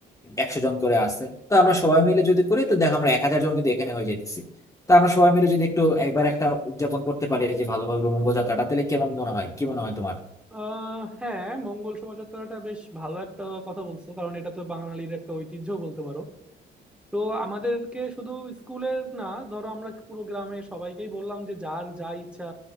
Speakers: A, on the left; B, in the centre.
A: একশো জন করে আসছে তো আমরা সবাই মিলে যদি করি তো দেখো আমরা এক হাজার জন কিন্তু এখানে হয়ে যেতেছি তা আমরা সবাই মিলে যদি একটু একবার একটা উদযাপন করতে পারি যে ভালোভাবে মঙ্গল যাত্রাটা তাহলে কেমন মনে হয় কি মনে হয় তোমার
B: আহ হ্যাঁ মঙ্গল শোভাযাত্রাটা বেশ ভালো একটা কথা বলছো কারণ এটা তো বাঙালির একটা ঐতিহ্য বলতে পারো তো আমাদেরকে শুধু স্কুলের না ধরো আমরা পুরো গ্রামে সবাইকেই বললাম যে যার যা ইচ্ছা